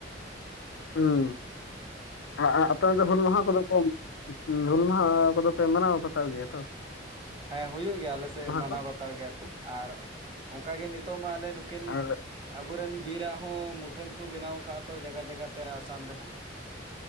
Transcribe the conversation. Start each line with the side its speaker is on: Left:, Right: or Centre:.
Left: ᱦᱩᱸ ᱟ ᱟ ᱟᱯᱮ ᱚᱱ ᱛᱮ ᱦᱩᱞ ᱢᱟᱦᱟ ᱠᱚᱫᱚ ᱠᱚ ᱦᱩᱞ ᱢᱟᱦᱟ ᱠᱚᱫᱚ ᱯᱮ ᱢᱟᱱᱟᱣ ᱵᱟᱛᱟᱣ ᱜᱮᱭᱟ ᱛᱚ ᱾
Right: ᱦᱮᱸ ᱦᱩᱭᱩᱜ ᱜᱮᱭᱟ ᱟᱞᱮ ᱥᱮᱫ ᱢᱟᱱᱟᱣ
Left: ᱠᱚ
Right: ᱵᱟᱛᱟᱣ ᱜᱮᱭᱟ ᱠᱚ ᱟᱨ ᱚᱱᱠᱟ ᱜᱮ ᱱᱤᱛᱚᱜ ᱢᱟ ᱟᱞᱮ ᱱᱩᱠᱤᱱ
Left: ᱟᱨ
Right: ᱟᱵᱚ ᱨᱮᱱ ᱵᱤᱨᱟᱜ ᱦᱚᱸ ᱢᱩᱴᱷᱟᱹᱱ ᱠᱚ ᱵᱮᱱᱟᱣ ᱟᱠᱟᱫᱼᱟ ᱛᱚ ᱡᱟᱜᱟ ᱡᱟᱭᱜᱟ ᱛᱮ ᱟᱥᱟᱢ ᱨᱮᱦᱚᱸ ᱾